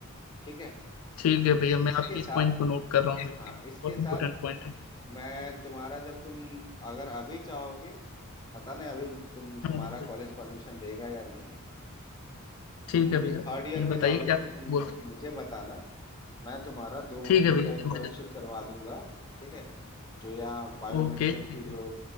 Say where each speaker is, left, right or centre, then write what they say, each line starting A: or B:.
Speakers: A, on the left (about 20°); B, on the left (about 75°).
A: ठीक है
B: ठीक है भैया मैं
A: इसके
B: आपके
A: साथ
B: इस पॉइंट को नोट कर रहा हूँ भैया
A: हाँ
B: बहुत
A: इसके साथ
B: इंपॉर्टेंट पॉइंट है
A: मैं तुम्हारा जब तुम अगर अभी चाहोगे पता नहीं अभी तुम
B: हाँ
A: तुम्हारा
B: जी जी।
A: कॉलेज परमिशन देगा या नहीं
B: ठीक
A: तुम
B: है भैया
A: थर्ड ईयर में
B: बताइए
A: जाओगे
B: क्या
A: तो तुम
B: बोल रहे हैं
A: मुझे बताना मैं तुम्हारा दो
B: ठीक
A: महीने
B: है भैया
A: का इंटर्नशिप
B: जल्दी जल्दी
A: करवा दूंगा ठीक है जो यहाँ बायोमेडिकल
B: ओके ठीक
A: की
B: है
A: जो